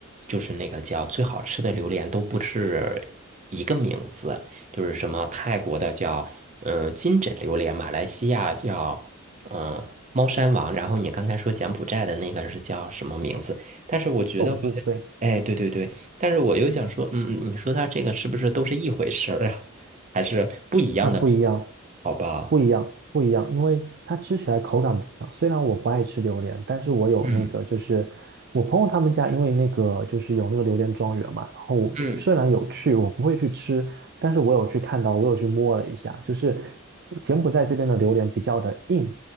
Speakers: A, on the right (about 35°); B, on the right (about 50°).
A: 就是那个叫最好吃的榴莲都不是一个名字，就是什么泰国的叫嗯、呃金枕榴莲，马来西亚叫嗯、呃猫山王，然后你刚才说柬埔寨的那个是叫什么名字？但是我觉得好像哎，
B: 痛不悲。
A: 对对对，但是我又想说，嗯，你说它这个是不是都是一回事儿啊？还是不一样的，
B: 啊，不一样，
A: 好吧？
B: 不一样，不一样，因为它吃起来口感不一样。虽然我不爱吃榴莲，但是我有那个，
A: 嗯
B: 就是我朋友他们家，因为那个就是有那个榴莲庄园嘛。然后虽然有去，
A: 嗯，
B: 我不会去吃，但是我有去看到，我有去摸了一下，就是柬埔寨这边的榴莲比较的硬，